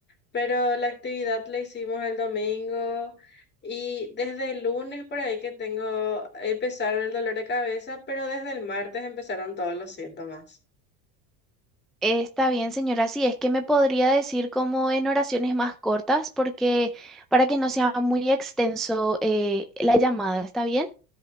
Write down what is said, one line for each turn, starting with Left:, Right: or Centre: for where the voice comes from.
Left: pero la actividad la hicimos el domingo y desde el lunes por ahí que tengo, empezaron el dolor de cabeza, pero desde el martes empezaron todos los síntomas.
Centre: Está bien, señora. Sí, es que me podría decir como en oraciones más cortas, porque para que no sea muy extenso eh, la llamada, ¿está bien?